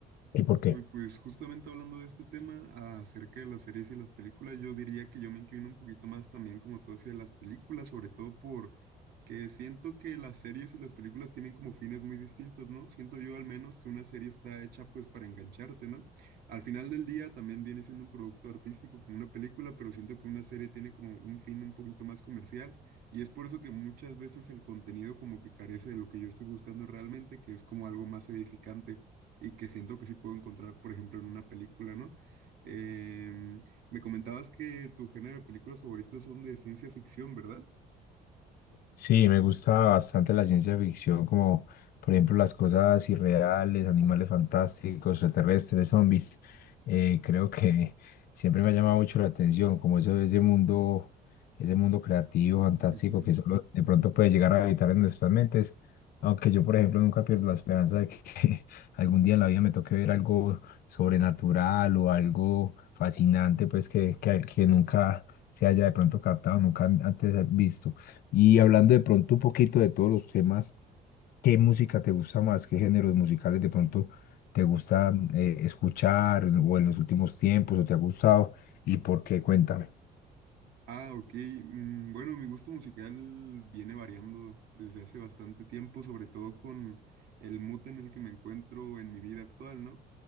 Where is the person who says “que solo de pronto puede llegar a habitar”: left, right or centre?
Left